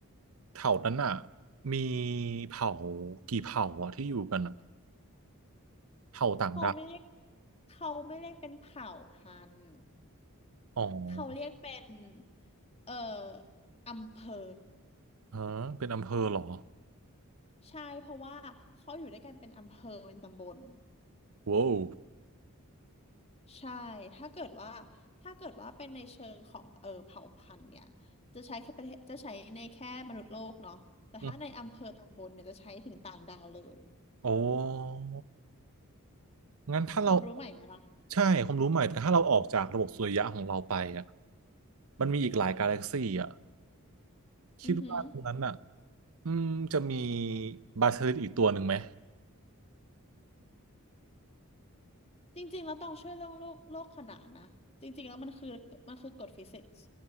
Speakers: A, on the right; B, on the left.
A: เผ่านั้นอ่ะมีเผ่ากี่เผ่าอ่ะที่อยู่กันอ่ะเผ่าต่างดาว
B: เขาไม่เรียกเขาไม่เรียกเป็นเผ่าพันธุ์
A: อ๋อ
B: เขาเรียกเป็นเอ่ออำเภอ
A: ฮะเป็นอำเภอเหรอ
B: ใช่เพราะว่าเขาอยู่ด้วยกันเป็นอำเภอเป็นตำบล
A: ว้าว
B: ใช่ ถ้าเกิดว่า ถ้าเกิดว่าเป็นในเชิงของเออเผ่าพันธุ์เนี่ยจะใช้แค่ประเทศจะใช้ในแค่มนุษย์โลกเนาะแต่ถ้าในอำเภอตำบลเนี่ยจะใช้ถึงต่างดาวเลย
A: อืมอ๋องั้นถ้าเรา
B: ความรู้ใหม่ไหมล่ะ
A: ใช่ความรู้ใหม่แต่ถ้าเราออกจากระบบสุริยะของเราไปอ่ะมันมีอีกหลายกาแล็กซี่อ่ะคิดว่าตรงนั้นอ่ะ
B: อือหือ
A: อืมจะมีบาเทอร์อีกตัวหนึ่งไหม
B: จริงๆแล้วต้องเชื่อเรื่องโลกโลกขนานนะ จริงๆแล้วมันคือมันคือกฎฟิสิกส์